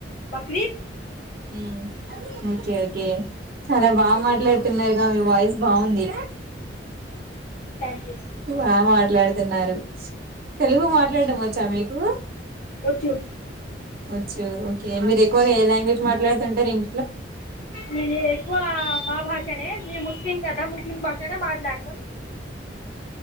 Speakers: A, on the left; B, on the right.
A: బకరీద్
B: ఉమ్ ఓకే చాలా బాగా మాట్లాడుతున్నారుగా మీ వాయిస్ బాగుంది
A: థ్యాంక్ యూ
B: బా మాట్లాడుతున్నారు తెలుగు మా వెలాడ్డ వచ్చా మీకు
A: వచ్చు
B: వచ్చు ఓకే మీరు ఎక్కువగా ఏ లాంగ్వేజ్ మాట్లాడుతుంటారు ఇం
A: నేను ఎక్కువ మా భాషనే మీ ముస్లిం కదా ముస్లిం భాషనే మాట్లాడతాం